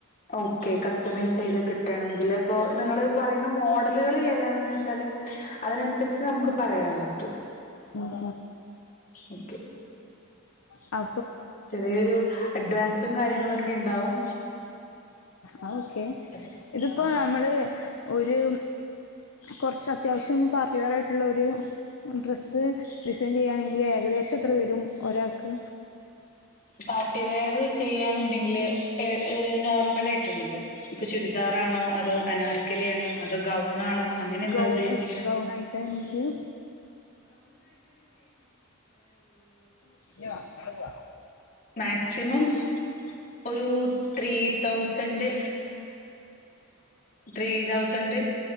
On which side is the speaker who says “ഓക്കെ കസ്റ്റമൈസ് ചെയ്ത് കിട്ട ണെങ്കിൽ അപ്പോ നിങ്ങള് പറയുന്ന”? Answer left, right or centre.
Left